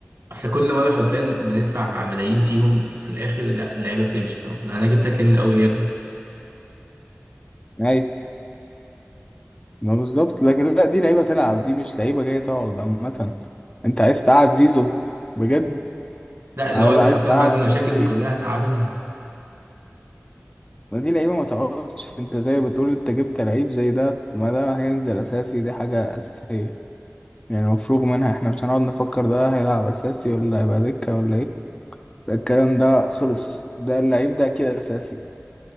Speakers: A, on the right; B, on the left.
A: اصل كل مره حرفيا بندفع ملايين فيهم وفي الاخر لا اللعيبه بتمشي طب لا انا جبتك ليه من الاول يا ابني
B: أيوة ما بالظبط لكن لا دي لعيبة تلعب دي مش لعيبة جاية تقعد عامة أنت عايز تقعد زيزو بجد
A: لا اللي
B: ولا
A: هو انت
B: عايز
A: حرفيا
B: تقعد
A: بعد المشاكل دي
B: إيه؟
A: كلها هتقعدهم
B: ما دي لعيبه ما تقعدش انت زي ما بتقول انت جبت لعيب زي ده ما ده هينزل اساسي دي حاجه اساسيه يعني مفروغ منها احنا مش هنقعد نفكر ده هيلعب اساسي ولا هيبقى دكه ولا ايه لا، الكلام ده خلص ده اللعيب ده كده اساسي